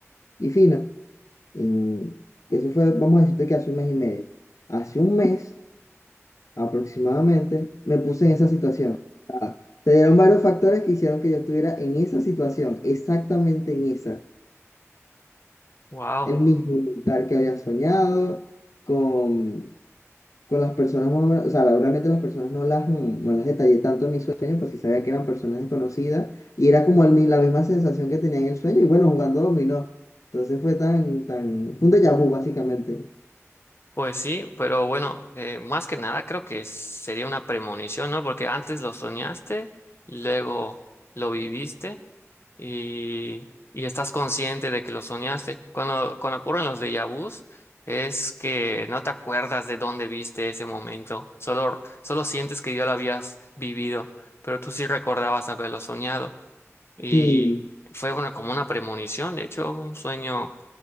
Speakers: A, on the left (about 90°); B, on the left (about 50°).
A: y fino. Y eso fue, vamos a decirte que hace un mes y medio. Hace un mes. aproximadamente, me puse en esa situación. Ah, se dieron varios factores que hicieron que yo estuviera en esa situación, exactamente en esa,
B: Wow,
A: el mismo lugar que había soñado, con, con las personas más o menos, o sea, la- realmente las personas no las, mm, no las detallé tanto en mis sueños, pues sí sabía que eran personas desconocidas, y era como el mi- la misma sensación que tenía en el sueño, y bueno, jugando dominó. Entonces fue tan, tan, fue un déjà vu básicamente.
B: pues sí, pero bueno, eh, más que nada creo que sería una premonición, ¿no? Porque antes lo soñaste, luego lo viviste y, y estás consciente de que lo soñaste. Cuando, cuando ocurren los déjà vus, es que no te acuerdas de dónde viste ese momento, solo, solo sientes que ya lo habías vivido, pero tú sí recordabas haberlo soñado y
A: Sí,
B: fue una, como una premonición, de hecho, un sueño